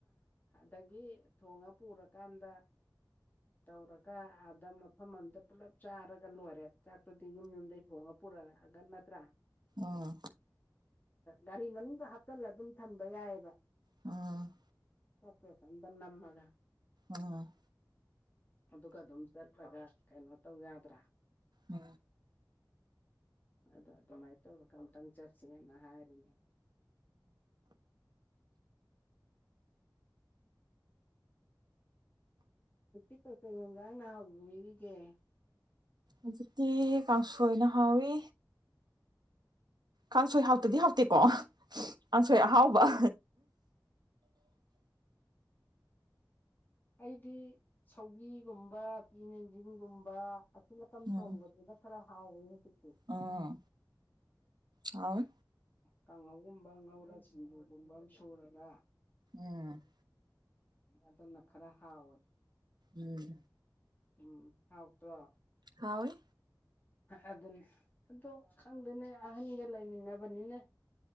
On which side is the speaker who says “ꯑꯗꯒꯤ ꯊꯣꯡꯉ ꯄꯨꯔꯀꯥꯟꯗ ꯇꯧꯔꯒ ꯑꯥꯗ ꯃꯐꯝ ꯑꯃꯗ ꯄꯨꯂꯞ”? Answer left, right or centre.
Left